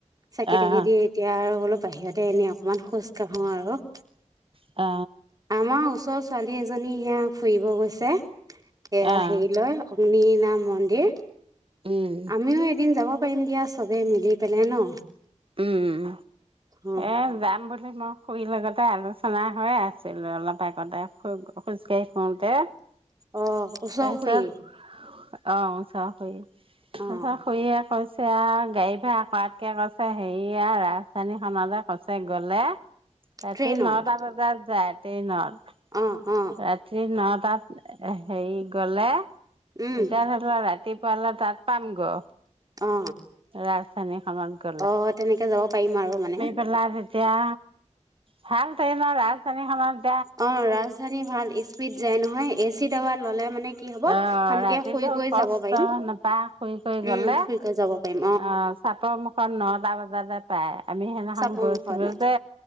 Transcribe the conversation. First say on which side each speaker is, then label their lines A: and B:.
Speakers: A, on the right; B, on the right.
A: চাকি
B: আহ
A: তাকি দিয় এতিয়া আৰু অলপ বাহিৰতে এনে অকমান খোজ কাঢ়ো আৰু
B: অ
A: আমাৰ ওচৰৰ ছোৱালী এজনী সেয়া ফুৰিব গৈছে এয়া
B: আহ
A: হেৰি লয় টিলিঙা মন্দিৰ
B: উম
A: আমিও এট যাব পাৰিম দিয়া চবে মিলি পেলাই ন
B: উম
A: অ
B: এ যাম বুলি মই খুৰীহতৰ লগতে আহিলোঁ ফলা হৈ আছিল অলপ আগতে খোচ খোজকাঢ়ি ফুৰোতে
A: অ ওচৰ
B: তাৰপিছত
A: খুৰী
B: অ চাহ খালোঁ
A: অ
B: নহয় খুৰীয়ে কৈছে এয়া গাড়ী ভাড়া কৰাত হে হেৰিয়া ৰাজধানী খনত কস গলৈ ৰাতি
A: ট্ৰেইনত
B: নটা বজাত যাই ট্ৰেইনত
A: অ অ
B: ৰাতি নট তাত হেৰি গলে তেতিয়া
A: উম
B: ধৰি লোৱা ৰাতিপুৱালৈ তাত পাম গ
A: অ
B: ৰাজধানী খনত
A: অ তেনেকে যাব পাৰিম আৰু মানে
B: পেলাই তেতিয়া ভাল ট্ৰনৰ ৰাজধানী খনত
A: অ ৰাজধানী ভাল স্পীড যায় নহয় এ চিত দেৱা ল'লে মানে কি হব
B: আহ
A: শান্তিয়ে
B: ৰাতিতটো
A: শুই গৈ
B: কষ্ট
A: যাব পাৰিম
B: নোপায় শুই শুই
A: উম
B: গলে
A: শুই গৈ যাব পাৰিম
B: অ চাপা মুখত এ নটা বজাতে পায় আমি সেইদিনাখন
A: চাপৰ
B: গৈছিলো
A: মুখত
B: যে